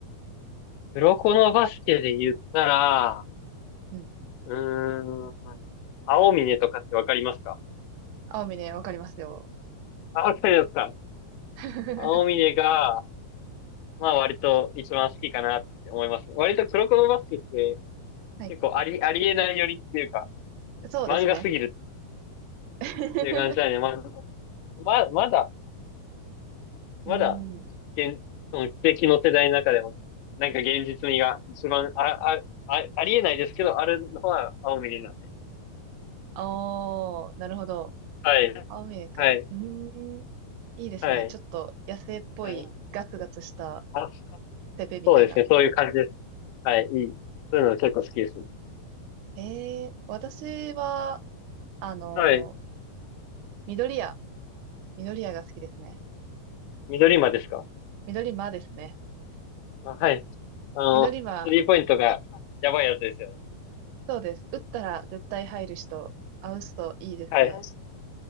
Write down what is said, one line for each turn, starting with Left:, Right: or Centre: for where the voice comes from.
Left: 黒子のバスケで言ったら、
Right: うん。
Left: うーん。青峰とかってわかりますか
Right: 青峰、わかりますよ。
Left: あ、わかりますか
Right: <laughs>
Left: 青峰が、
Right: は
Left: まあ割と一番好きかなって思います。割とクロコロバスケって
Right: い。
Left: 結構あり、ありえないよりっていうか、
Right: そうですね。
Left: 漫画すぎる
Right: <laughs>
Left: っていう感じなんで、まあ、ま、まだ、
Right: うー
Left: まだ、
Right: ん。
Left: 現、その奇跡の世代の中でも、なんか現実味が一番、あ、あ、あ、ありえないですけど、あるのは青峰なんで。
Right: おー、なるほど。
Left: はい、
Right: 青ミルク。
Left: はい、
Right: うーん。いいですね。
Left: はい、
Right: ちょっと野生っぽいガツガツした
Left: はい。あ、
Right: セベみたいな。
Left: そうですね、そういう感じです。はい、いい。そういうの結構好きですね。
Right: えー、私は、あのー
Left: はい。
Right: 緑屋。緑屋が好きですね。
Left: 緑馬ですか
Right: 緑間ですね。
Left: あ、はい。あの、
Right: 緑間、
Left: スリーポイントがやばいやつですよね。
Right: そうです。打ったら絶対入る人、あう人いいですね。
Left: はい。